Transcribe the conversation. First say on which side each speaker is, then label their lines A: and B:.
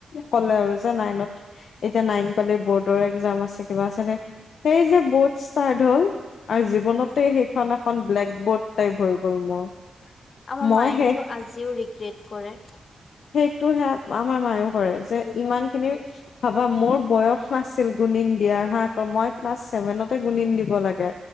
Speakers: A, on the left; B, on the left.
A: ক'লে আৰু যে নাইনত এতিয়া নাইন পালি বৰ্ডৰ একজাম আছে কিবা আছে সেই যে বৰ্ডছ ষ্টাৰট হল আৰু জীৱনতে
B: উম,
A: সেইখন এখন ব্লেক বৰ্ড টাইপ হৈ গ'ল মোৰ।
B: আমাৰ
A: মই
B: মায়ে
A: সেই
B: কিন্তু আজিও ৰিগ্ৰেট কৰে।
A: সেইটো সে আমাৰ মায়ও কৰে যে ইমান খিনি ভাবা মোৰ বয়স নাছিল গুণিন দিয়াৰ হা আকৌ মই ক্লাছ চছেভেনতে গুণিন দিব লাগে